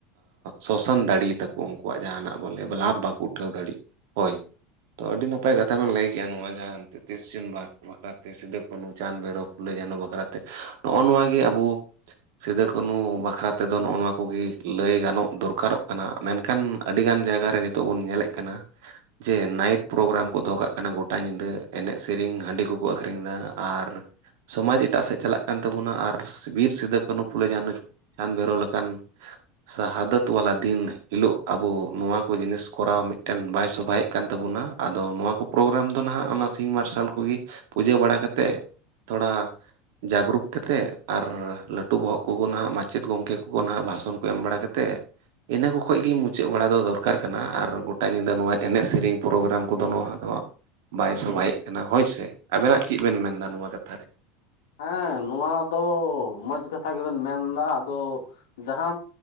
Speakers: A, on the right; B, on the left.
A: ᱥᱳᱥᱟᱱ ᱫᱟᱲᱤ ᱛᱟᱠᱚ ᱩᱝᱠᱩᱣᱟᱜ ᱡᱟᱦᱟᱱᱟᱜ᱾ ᱵᱚᱞᱮ ᱵᱷᱟᱞᱟ ᱵᱟᱠᱚ ᱩᱴᱷᱟᱹᱣ ᱫᱟᱲᱮᱜ ᱦᱳᱭ᱾ ᱛᱚ ᱟᱹᱰᱤ ᱱᱟᱯᱟᱭ ᱠᱟᱛᱷᱟ ᱵᱮᱱ ᱞᱟᱹᱭ ᱠᱮᱜᱼᱟ, ᱱᱚᱣᱟ ᱡᱟᱦᱟᱸ ᱛᱤᱥ ᱡᱩᱱ ᱵᱟᱠᱷᱨᱟ ᱛᱮ᱾ ᱥᱤᱫᱩ, ᱠᱟᱱᱩ, ᱪᱟᱸᱫᱽ, ᱵᱷᱚᱭᱨᱚᱵ, ᱯᱷᱩᱞᱟᱹ, ᱡᱷᱟᱱᱚ ᱵᱟᱠᱷᱨᱟᱛᱮ ᱱᱚᱜᱼᱚ ᱱᱚᱼᱚ ᱱᱚᱣᱟᱜᱮ ᱟᱵᱩ ᱥᱤᱫᱟᱹ-ᱠᱟᱹᱱᱩ ᱵᱟᱠᱷᱨᱟ ᱛᱮᱫᱚ ᱱᱚᱜᱼᱚ ᱱᱚᱣᱟ ᱠᱚᱜᱮ ᱞᱟᱹᱭ ᱜᱟᱱᱚᱜ ᱫᱚᱨᱠᱟᱨᱚᱜ ᱠᱟᱱᱟ ᱢᱮᱱᱠᱷᱟᱱ ᱟᱹᱰᱤ ᱜᱟᱱ ᱡᱟᱭᱜᱟ ᱨᱮ ᱱᱤᱛᱚᱜ ᱵᱚᱱ ᱧᱮᱞᱮᱫ ᱠᱟᱱᱟ᱾ ᱡᱮ ᱱᱟᱭᱤᱴ ᱯᱨᱳᱜᱨᱟᱢ ᱠᱚ ᱫᱚᱦᱚ ᱠᱟᱜ ᱠᱟᱱᱟ ᱜᱳᱴᱟ ᱧᱤᱫᱟᱹ ᱮᱱᱮᱡ ᱥᱮᱨᱮᱧ ᱦᱟᱺᱰᱤ ᱠᱚᱠᱚ ᱟᱹᱠᱷᱨᱤᱧ ᱫᱟ ᱟᱨ ᱥᱚᱢᱟᱡᱽ ᱮᱴᱟᱜ ᱥᱮᱫ ᱪᱟᱞᱟᱜ ᱠᱟᱱ ᱛᱟᱵᱩᱱᱟ ᱟᱨ ᱵᱤᱨ ᱥᱤᱫᱩ-ᱠᱟᱹᱱᱩ, ᱯᱷᱩᱞᱟᱹ-ᱡᱷᱟᱱᱚ <unintelligible> ᱞᱮᱠᱟᱱ ᱥᱟᱦᱟᱫᱚᱛ ᱵᱟᱞᱟ ᱫᱤᱱ ᱦᱤᱞᱳᱜ ᱟᱵᱚ ᱱᱚᱣᱟ ᱠᱚ ᱡᱤᱱᱤᱥ ᱠᱚᱨᱟᱣ ᱢᱤᱫ ᱢᱤᱫᱴᱮᱱ ᱵᱟᱭ ᱥᱚᱵᱷᱟᱭᱮᱫ ᱠᱟᱱ ᱛᱟᱵᱚᱱᱟ ᱟᱫᱚ ᱱᱚᱣᱟ ᱠᱚ ᱯᱨᱳᱜᱨᱟᱢ ᱫᱚ ᱱᱟᱦᱟᱜ ᱚᱱᱟ ᱥᱤᱧ ᱢᱟᱨᱥᱟᱞ ᱠᱚᱜᱮ ᱯᱩᱡᱟᱹ ᱵᱟᱲᱟ ᱠᱟᱛᱮᱫ ᱛᱷᱚᱲᱟ ᱡᱟᱜᱽᱨᱩᱠ ᱠᱟᱛᱮᱫ ᱟᱨ ᱞᱟᱹᱴᱩ ᱵᱚᱦᱚᱜ ᱠᱚᱜ ᱦᱟᱸᱜ ᱢᱟᱪᱮᱫ ᱜᱚᱢᱠᱮ ᱠᱚᱠᱚ ᱦᱟᱸᱜ ᱵᱷᱟᱥᱚᱱ ᱠᱚ ᱮᱢ ᱵᱟᱲᱟ ᱠᱟᱛᱮᱫ ᱤᱱᱟᱹ ᱠᱚ ᱠᱷᱚᱡ ᱜᱮ ᱢᱩᱪᱟᱹᱫ ᱵᱟᱲᱟ ᱫᱚ ᱫᱚᱨᱠᱟᱨ ᱠᱟᱱᱟ ᱟᱨ ᱜᱚᱴᱟ ᱧᱤᱫᱟᱹ ᱱᱚᱣᱟ ᱮᱱᱮᱡ ᱥᱮᱨᱮᱧ ᱯᱨᱳᱜᱨᱟᱢ ᱠᱚᱫᱚ ᱱᱚᱣᱟ ᱫᱚ ᱵᱟᱭ ᱥᱚᱵᱷᱟᱭᱮᱫ ᱠᱟᱱᱟ ᱦᱳᱭᱥᱮ ᱟᱵᱮᱱᱟᱜ ᱪᱮᱫ ᱵᱮᱱ ᱢᱮᱱᱫᱟ ᱱᱚᱣᱟ ᱠᱟᱛᱷᱟ ᱨᱮ?
B: ᱦᱮᱸ ᱱᱚᱣᱟ ᱫᱚ ᱢᱚᱡᱽ ᱠᱟᱛᱷᱟ ᱜᱮᱵᱮᱱ ᱢᱮᱱᱫᱟ ᱟᱫᱚ ᱡᱟᱦᱟᱸ